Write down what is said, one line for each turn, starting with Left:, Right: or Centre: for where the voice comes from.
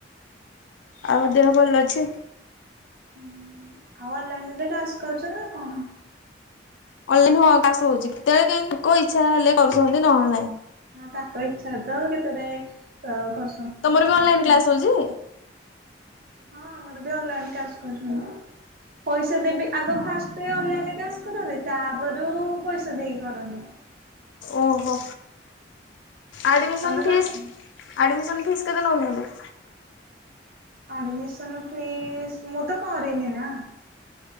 Left: ଆଉ ଦେହ ଭଲ ଅଛି?
Right: ହୁଁ ଆଉ ଅନଲାଇନ ରେ କ୍ଲାସ କରୁଛ ନା କଣ?
Left: ଅନଲାଇନ ହଁ କାଶ ହଉଛି କେତେବେଳେ କେ ତାଙ୍କ ଇଚ୍ଛା ହେଲେ କରୁଛନ୍ତି ନହେଲେ ନାଇଁ।
Right: ତାଙ୍କ ଇଚ୍ଛାରେ ତ କେତେରେ କର
Left: ତମର ବି ଅନଲାଇନ୍ କ୍ଲାସ ହଉଛି?
Right: ହଁ ଆମର ବି ଅନଲାଇନ କାସ୍ କରୁଛନ୍ତି, ପଇସା ଦେବି ଆଗ ଫାଷ୍ଟ ଅନଲାଇନରେ କାସ୍ କରନ୍ତି ତାପରୁ ପଇସା ଦେଇକି କରନ୍ତି।
Left: ଓହୋ ଆଡମିଶନ୍
Right: ତମେ
Left: ଫିସ୍
Right: କରନି
Left: ଆଡମିସନ ଫିସ୍ କେତେ ନଉଛନ୍ତି?
Right: ଆଡମିଶନ୍ ଫିସ୍ ମୁଁ ତ କଇନି ନା।